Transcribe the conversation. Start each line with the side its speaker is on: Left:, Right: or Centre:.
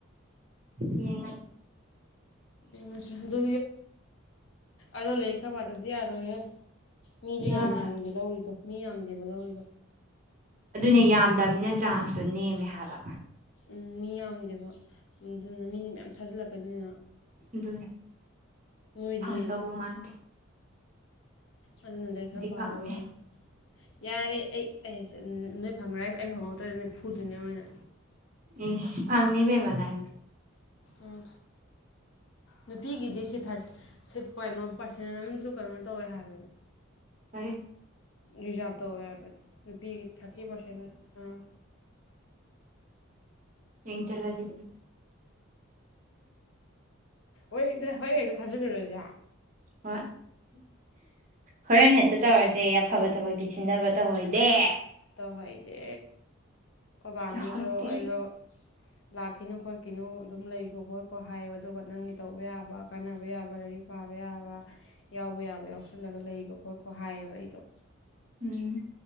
Right: ꯌꯦ
Left: ꯎ ꯑꯗꯨ ꯑꯗꯣ ꯂꯩ ꯈ ꯄ ꯇꯗꯤ ꯇꯔꯍꯦ ꯃꯤꯁꯨ
Right: ꯌꯥꯔꯣꯏ
Left: ꯌꯥꯝ ꯌꯥꯝꯗꯤꯦ ꯂꯧꯔꯤꯗꯣ ꯃꯤ ꯌꯥꯝꯗꯦꯕ ꯂꯧꯔꯤꯗꯣ
Right: ꯑꯗꯨꯅꯦ ꯌꯥꯝꯗꯕꯅꯤꯅ ꯆꯥꯟꯁꯇꯣ ꯅꯦꯝꯃꯦ ꯍꯥꯏꯕ
Left: ꯎꯝ ꯃꯤ ꯌꯥꯝꯗꯦꯕ ꯑꯗꯨꯅ ꯃꯤꯅꯤ ꯃꯌꯥꯝ ꯊꯥꯖꯤꯜꯂꯛꯀꯅꯤꯅ
Right: ꯑꯗꯨꯅꯤ
Left: ꯅꯣꯏꯗꯤ
Right: ꯐꯪꯗꯧꯕ ꯃꯥꯥꯟꯗꯤꯦ
Left: ꯑꯗꯨꯅꯗꯤ ꯈꯔ ꯄꯥꯗꯕ
Right: ꯐꯪꯅꯤ
Left: ꯌꯥꯔꯦ ꯌꯥꯔꯦ ꯑꯩ ꯅꯣꯏ ꯐꯪꯔ ꯑꯩ ꯐꯪꯍꯧꯗ꯭ꯔꯗꯤ ꯅꯣꯏ ꯐꯨꯗꯣꯏꯅꯦ ꯑꯣꯏꯅ
Right: ꯏꯁꯤ ꯐꯪꯅꯤꯕꯅꯪ
Left: ꯎꯝ ꯅꯨꯄꯤꯒꯤꯗꯤ ꯁꯤ ꯊꯥꯔ ꯀꯩꯅꯣ ꯄꯥꯔꯁꯦꯟ ꯑꯃꯁꯨ ꯀꯩꯅꯣ ꯇꯧꯋꯦ ꯍꯥꯏꯕꯅꯤ
Right: ꯀꯔꯤ
Left: ꯔꯤꯖꯥꯕꯗꯦꯕ <unintelligible> ꯅꯨꯄꯤꯒꯤ ꯊꯥꯔꯇꯤ ꯄꯥꯔꯁꯦꯟ ꯑꯥ
Right: ꯌꯦꯡ ꯆꯠꯂꯁꯤ
Left: ꯍꯣꯔꯛꯇ ꯍꯣꯔ ꯍꯦꯛꯇ ꯊꯥꯖꯤꯜꯂꯨꯔꯁꯦ
Right: ꯍꯣꯏ ꯍꯣꯔꯦꯟ ꯍꯦꯛꯇ ꯇꯧꯔꯁꯦ ꯑꯐꯕ ꯊꯕꯛꯇꯤ ꯁꯤꯟꯊꯕ ꯇꯧꯑꯣꯏꯗꯦ
Left: ꯇꯍꯣꯏꯗꯦ ꯀꯕꯅꯁꯨ
Right: ꯇꯧꯍꯣꯏꯗꯦ
Left: ꯑꯩꯅ ꯂꯥꯛꯈꯤꯅꯨ ꯈꯣꯠꯈꯤꯅꯨ ꯑꯗꯨꯝ ꯂꯩꯀꯣ ꯈꯣꯠꯀꯣ ꯍꯥꯏꯌꯦꯕ ꯑꯗꯨꯒ ꯅꯪꯒꯤ ꯇꯧꯕ ꯌꯥꯕ ꯀꯥꯟꯅꯕ ꯌꯥꯕ ꯂꯥꯏꯔꯤꯛ ꯄꯥꯕ ꯌꯥꯕ ꯌꯥꯎꯕ ꯌꯥꯕ ꯌꯥꯎꯁꯜꯂꯒ ꯂꯩꯀꯣ ꯈꯣꯠꯀꯣ ꯍꯥꯏꯌꯦꯕ ꯑꯩꯗꯣ
Right: ꯎꯝ